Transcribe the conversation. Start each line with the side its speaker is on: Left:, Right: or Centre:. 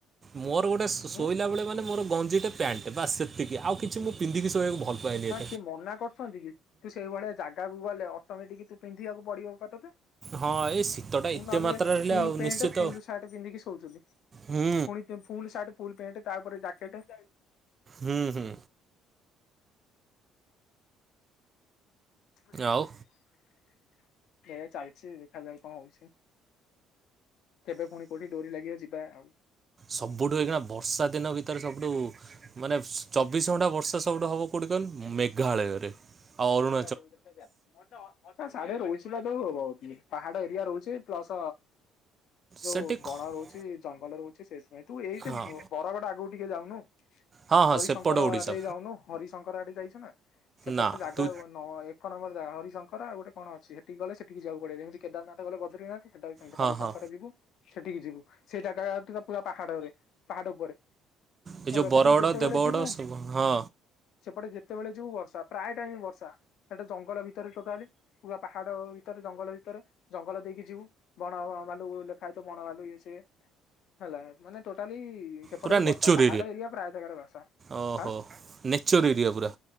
Right: ମୋର ଗୋଟେ ଶୋଇଲା
Left: ଉଁ
Right: ବେଳେ ମାନେ ମୋର ଗଞ୍ଜିଟେ ପ୍ୟାଣ୍ଟ ବାସ୍ ସେତିକି। ଆଉ କିଛି ମୁଁ ପିନ୍ଧିକି ଶୋଇଆକୁ ଭଲ ପାଏନି
Left: ହଁ
Right: ଏତ୍
Left: କିଏ ମନା କରୁଛନ୍ତି କି? ତୁ ସେଇଭଳିଆ ଜାଗାକୁ ଗଲେ ଅଟୋମେଟିକ ତୁ ପିନ୍ଧିବାକୁ ପଡିବ ପା ତତେ।
Right: ହଁ ଏଇ ଶୀତଟା
Left: ନହେଲେ
Right: ଏତେ ମାତ୍ରାରେ ହେଲେ
Left: ଫୁଲ
Right: ଆଉ
Left: ପ୍ୟାଣ୍ଟ
Right: ନିଶ୍ଚିତ
Left: ଫୁଲ ସାର୍ଟ ପିନ୍ଧିକି ଶୋଉଥିଲି
Right: ହୁଁ
Left: ପୁଣି ସେ ଫୁଲ ସାର୍ଟ ଫୁଲ ପେଣ୍ଟ ତାଉପରେ ଜ୍ୟାକେଟେ।
Right: ହୁଁ ହୁଁ।
Left: ଏଇଆ
Right: ଆଉ
Left: ଚାଲିଛି ଦେଖାଯାଉ କଣ ହଉଛି? କେବେ ପୁଣି କୋଉଠି ଡୋରି ଲାଗିବ ଯିବା ଆଉ।
Right: ସବୁଠୁ ଏଇଖିଣା ବର୍ଷା ଦିନ ଭିତରେ ସବୁଠୁ ମାନେ ଚବିଶ ଘଣ୍ଟା ବର୍ଷା ସବୁଠୁ ହବ କୋଉଠି କହନି ମେଘାଳୟରେ ଆ ଅରୁଣ
Left: ତା ସାଢେ ରହୁଛିଲା ତ <unintelligible> ପାହାଡ ଏରିଆ ରହୁଚି ପ୍ଲସ ଯୋଉ
Right: ସେଠି
Left: ବଣ
Right: ଖ-
Left: ରହୁଚି ଜଙ୍ଗଲ ରହୁଚି ସେ ନାଇ ତୁ ଏଇଠି
Right: ହଁ
Left: ବରଗଡ ଆଗକୁ ଟିକେ ଯାଉନୁ।
Right: ହଁ ହଁ
Left: ହରିଶଙ୍କର
Right: ସେପଟ ଓଡ଼ିଶା
Left: ଆଗେଇ ଯାଉନୁ ହରିଶଙ୍କର ଆଡେ ଯାଇଛୁ ନା? ସେପଟେ
Right: ନା
Left: ଜାଗା
Right: ତୁ
Left: ନଁ ଏକ ନମ୍ବର ଜାଗା ହରିଶଙ୍କର ଆଉ ଗୋଟ କଣ ଅଛି? ଗଲେ ସେଠିକି ଯିବାକୁ ପଡିବ ଯେମିତି କେଦାରନାଥ ଗଲେ ବଦ୍ରୀନାଥ ସେଟା ଆଉ ସେମିତି
Right: ହଁ
Left: ହରିଶଙ୍କର
Right: ହଁ
Left: ଯିବୁ। ସେଠିକି ଯିବୁ ସେ ଜାଗାଠୁ ତ ପୁରା ପାହାଡରେ ପାହାଡ଼ ଉପରେ
Right: ଏ
Left: ହେଲେ
Right: ଯେଉଁ ବରଗଡ଼
Left: ସେଠିକି ଯେତେବେଳେ
Right: ଦେବଗଡ଼
Left: ଯିବୁ
Right: ସବୁ ହଁ
Left: ସେପଟେ ଯେତେବେଳେ ଯିବୁ ବର୍ଷା। ପ୍ରାୟ ଟାଇମ ବର୍ଷା। ସେଟା ଜଙ୍ଗଲ ଭିତରେ ଟୋଟାଲି ପୁରା ପାହାଡ ଭିତରେ ଜଙ୍ଗଲ ଭିତରେ ଜଙ୍ଗଲ ଦେଇକି ଯିବୁ। ବଣ ଭା ଭାଲୁ ଲେଖାହଇଥିବ ତ ବଣ ଭଲୁ ଇଏ ସିଏ ହେଲା ମାନେ ଟୋଟାଲି ସେପଟେ
Right: ପୁରା
Left: ବି
Right: ନେଚର୍
Left: ବର୍ଷା ପାହାଡ ଏରିଆ ପ୍ରାୟ ଯାଗାରେ ବର୍ଷା।
Right: ଓହୋ
Left: ଆଁ
Right: ନେଚର୍ ଏରିଆ ପୁରା